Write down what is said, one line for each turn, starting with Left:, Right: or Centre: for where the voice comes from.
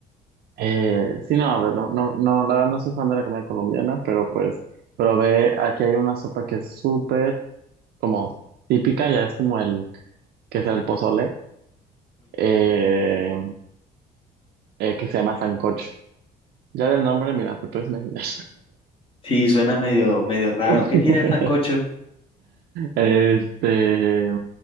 Right: eh, sí, no, a ver, no, no, no, la verdad no soy fan de la comida colombiana, pero pues, pero ve, aquí hay una sopa que es súper como típica, ya es como el, que será el pozole, eh, eh, que se llama sancocho. Ya del nombre, mira, te puedes imaginar.
Left: Sí, suena medio, medio raro.
Right: <laughs>
Left: ¿Qué tiene el sancocho?
Right: Este,